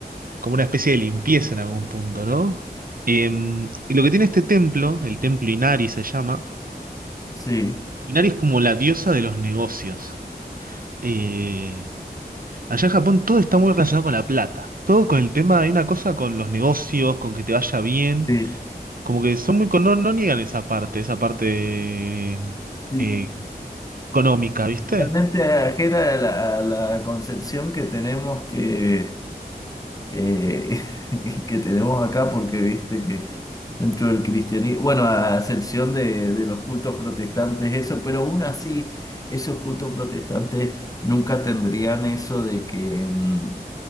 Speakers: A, on the right; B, on the left.
A: como una especie de limpieza en algún punto, ¿no? Em, y lo que tiene este templo, el templo Inari se llama,
B: Sí,
A: Inari es como la diosa de los negocios. Eh, allá en Japón todo está muy relacionado con la plata, todo con el tema, hay una cosa con los negocios, con que te vaya bien,
B: sí,
A: como que son muy, con- no, no niegan esa parte, esa parte
B: sí.
A: eh, económica, ¿viste?
B: Totalmente ajena a la, a la concepción que tenemos que eh, <laughs> que tenemos acá, porque viste que dentro del cristianismo, bueno, a excepción de, de los cultos protestantes, eso, pero aún así, esos cultos protestantes nunca tendrían eso de que... mm,